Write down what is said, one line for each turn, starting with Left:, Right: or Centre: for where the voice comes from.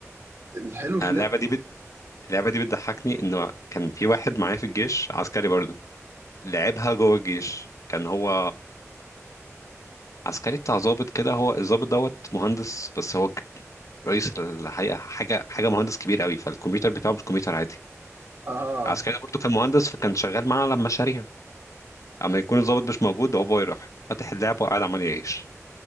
Right: الحلو في
Left: آه،
Right: اللعبة
Left: اللعبه دي بت... اللعبه دي بتضحكني انه كان في واحد معايا في الجيش عسكري برضه لعبها جوه الجيش كان هو عسكري بتاع ضابط كده هو الضابط دوت مهندس بس هو ج- رئيس الحقيقة حاجة حاجة مهندس كبير قوي فالكمبيوتر بتاعه مش كمبيوتر عادي
Right: اه
Left: العسكري ده برضه كان مهندس فكان شغال معاه على مشاريع اما يكون الضابط مش موجود هو يروح فاتح اللعبة وقاعد عمال يعيش